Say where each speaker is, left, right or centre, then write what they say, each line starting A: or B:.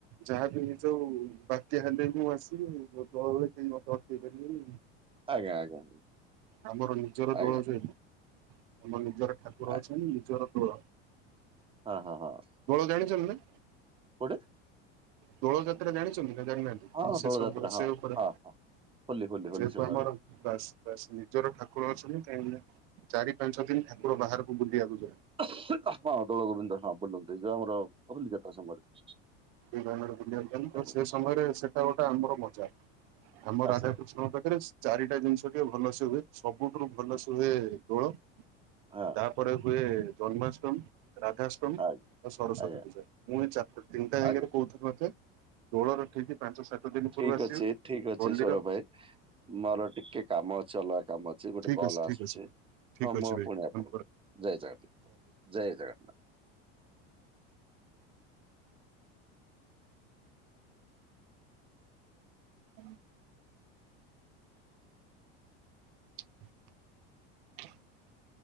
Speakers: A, on the right (about 65°); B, on the right (about 15°).
A: ଯାହାବି ହେଇ ଯାଉ ବାତ୍ୟା ହେଲେ ମୁଁ ଆସିବି ମୋ ଦଳରେ କେହି ମତେ ଅଟକେଇ ପାରିବେନି।
B: ଆଜ୍ଞା, ଆଜ୍ଞା।
A: ଆମର ନିଜର
B: ଆଜ୍ଞା
A: ଦୋଳ ସାହି, ଆମର ନିଜର ଠାକୁର
B: ଆଜ୍ଞା
A: ଅଛନ୍ତି ନିଜର ଦୋଳ।
B: ହଁ, ହଁ, ହଁ।
A: ଦୋଳ ଜାଣିଛନ୍ତି ନା?
B: କୋଉଟି?
A: ଦୋଳ ଯାତ୍ରା ଜାଣିଛନ୍ତି ନା ଜାଣନାହାନ୍ତି?
B: ହଁ
A: <unintelligible> ସେ
B: ଦୋଳ
A: ସମ
B: ଯାତ୍ରା
A: ସେ
B: ହଁ
A: ଉପରେ
B: ହଁ ହଁ ହୋଲି ହୋଲି ହୋଲି
A: ଯେହେତୁ
B: ସମୟରେ
A: ଆମର ବାସ୍ ବାସ୍ ନିଜର ଠାକୁର ଅଛନ୍ତି କାହିଁକି ନା ଚାରି ପାଞ୍ଚ ଦିନ ଠାକୁର ବାହାରକୁ ବୁଲିିବାକୁ ଯାନ୍ତି
B: <unintelligible> ହଁ ଆମର
A: ବୁଲିବାକୁ ଯାନ୍ତି ତ
B: ଆଜ୍ଞା
A: ସେ ସମୟରେ ସେଇଟା ଗୋଟେ ଆମର ମଜା ଆମ
B: ଆଚ୍ଛା
A: ରାଧାକୃଷ୍ଣଙ୍କ ପାଖରେ ଚାରିଟା ଜିନିଷ ଟିକେ ଭଲସେ ହୁଏ ସବୁଠୁ ଭଲସେ
B: ହଁ
A: ହୁଏ ଦୋଳ
B: ହଁ
A: ତାପରେ ହୁଏ ଜନ୍ମାଷ୍ଟମୀ ରାଧାଷ୍ଟମ
B: ଆଜ୍ଞା
A: ଆଉ ସରସ୍ଵତୀ
B: ଆଜ୍ଞା
A: ପୂଜା ପୁଣି ଚାରିଟା ତିନିଟା ଜାକରେ
B: ଆଜ୍ଞା
A: କହୁଥିଲି ମତେ ଦୋଳରେ ଠିକ୍ ପାଞ୍ଚ ସାତ ଦିନ
B: ଠିକ
A: ପୂର୍ବ ଆସିବ
B: ଅଛି ଠିକ ଅଛି
A: ହଲିର
B: ସୌରଭ ଭାଇ ମୋର ଟିକେ କାମ ଅଛି ଅଲଗା କାମ ଅଛି ଗୋଟେ
A: ଠିକ
B: କଲ ଆସୁଛି
A: ଠିକ ଅଛି ଠିକ
B: ହଁ ମୋ
A: ଅଛି ଭାଇ
B: ପୁଣି ଆପଣକୁ
A: ଜୟ
B: ଜୟ ଜଗନ୍ନାଥ ଜୟ ଜଗନ୍ନାଥ
A: ହୁଁ <inaudible>